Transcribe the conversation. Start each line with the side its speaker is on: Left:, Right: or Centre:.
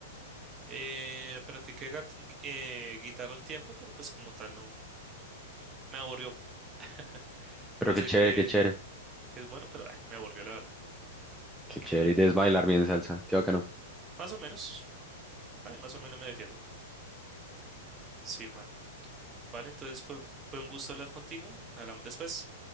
Right: Eh, practiqué gat- gui- eh, guitarra un tiempo, pero pues como tal no me aburrió. <laughs>
Centre: Pero
Right: Yo
Centre: qué
Right: sé
Centre: chévere,
Right: que,
Centre: qué chévere.
Right: que es bueno, pero ay, me aburrió la verdad.
Centre: Qué chévere. Y debes bailar bien salsa. Qué bacano.
Right: Más o menos, ay, más o menos me defiendo. Sí, Juan. Vale, entonces fue, fue un gusto hablar contigo. Hablamos después.